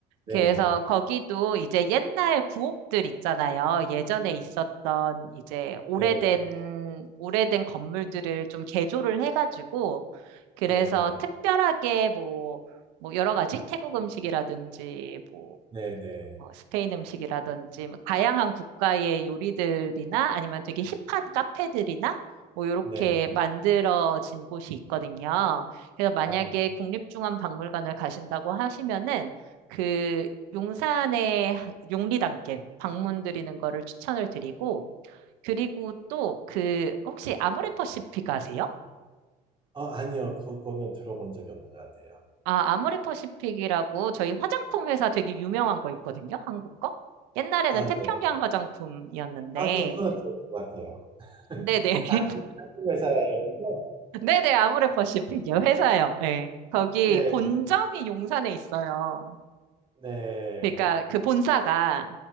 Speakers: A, on the right (about 25°); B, on the right (about 75°).
A: 네,
B: 그래서 거기도 이제 옛날 구옥들 있잖아요. 예전에 있었던 이제 오래된,
A: 네,
B: 오래된 건물들을 좀 개조를 해가지고, 그래서
A: 네,
B: 특별하게 뭐, 뭐 여러 가지 태국 음식이라든지 뭐
A: 네, 네,
B: 어, 스페인 음식이라든지 뭐 다양한 국가의 요리들이나 아니면 되게 힙한 카페들이나 뭐 이렇게
A: 네.
B: 만들어진 곳이 있거든요. 그래서 만약에
A: 어,
B: 국립중앙박물관을 가신다고 하시면은 그 용산의 용리단길 방문드리는 거를 추천을 드리고 그리고 또 그 혹시 아모레퍼시픽 아세요?
A: 어, 아니요, 그거는 들어본 적이 없는 것 같아요.
B: 아, 아모레퍼시픽이라고 저희 화장품 회사 되게 유명한 거 있거든요. 한국 거? 옛날에는
A: 아,
B: 태평양
A: 네.
B: 화장품이었는데
A: 아, 네, 그거는 들어본 것 같아요.
B: 네네. <laughs>
A: 아, 같은 회사였군요.
B: 네네, 아모레퍼시픽이요. 회사요. 예. 거기
A: 네,
B: 본점이 용산에 있어요.
A: 네,
B: 그러니까 그 본사가.